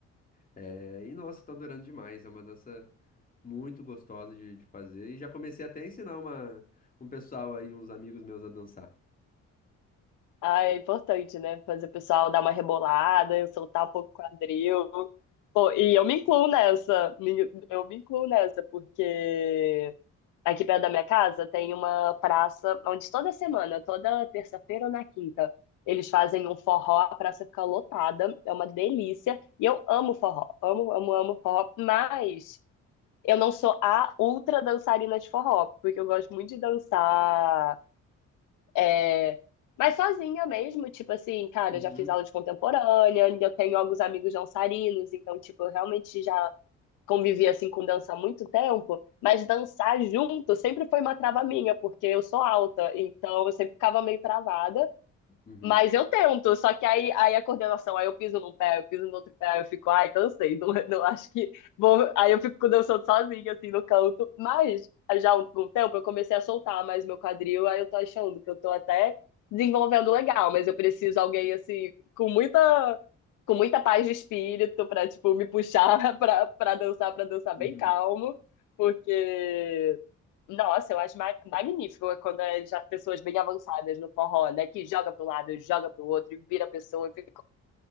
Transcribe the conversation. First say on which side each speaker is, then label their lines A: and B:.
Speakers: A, on the left; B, on the left.
A: É, e nossa, tá adorando demais. É uma dança muito gostosa de, de fazer. E já comecei até a ensinar uma, um pessoal aí, uns amigos meus a dançar.
B: Ai, é importante, né? Fazer o pessoal dar uma rebolada, eu soltar um pouco o quadril. Pô, e eu me incluo nessa. me- Eu me incluo nessa, porque. Aqui perto da minha casa tem uma praça onde toda semana, toda terça-feira ou na quinta, eles fazem um forró, a praça fica lotada, é uma delícia. E eu amo forró, amo, amo, amo forró, mas eu não sou a ultra dançarina de forró, porque eu gosto muito de dançar, é, mas sozinha mesmo, tipo assim, cara,
A: Uhum,
B: eu já fiz aula de contemporânea, eu tenho alguns amigos dançarinos, então, tipo, eu realmente já convivi assim com dança há muito tempo, mas dançar junto sempre foi uma trava minha, porque eu sou alta, então eu sempre ficava meio travada.
A: uhum,
B: Mas eu tento, só que aí, aí a coordenação, aí eu piso num pé, eu piso no outro pé, eu fico, ai, cansei, não, <laughs> não acho que vou. Aí eu fico dançando sozinha, assim, no canto. Mas já há um um tempo eu comecei a soltar mais meu quadril, aí eu tô achando que eu tô até desenvolvendo legal, mas eu preciso alguém, assim, com muita, com muita paz de espírito pra, tipo, me puxar <laughs> pra, pra dançar, pra dançar
A: uhum.
B: bem calmo, porque nossa, eu acho ma- magnífico é quando é já pessoas bem avançadas no forró, né? Que joga para um lado, joga para o outro e vira a pessoa. e Fica